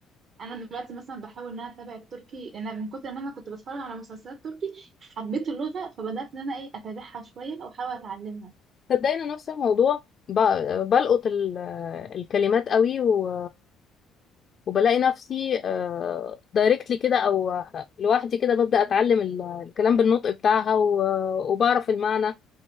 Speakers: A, on the right; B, on the left.
A: انا دلوقتي مثلا بحاول ان انا اتابع التركي انا من كتر ما انا كنت بتفرج على مسلسلات تركي حبيت اللغه فبدات ان انا ايه اتابعها شويه واحاول اتعلمها
B: صدقني أنا نفس الموضوع ب- بلقط ال- الكلمات قوي و... وبلاقي نفسي دايركتلي كده او لوحدي كده ببدأ اتعلم ال- الكلام بالنطق بتاعها و... وبعرف المعنى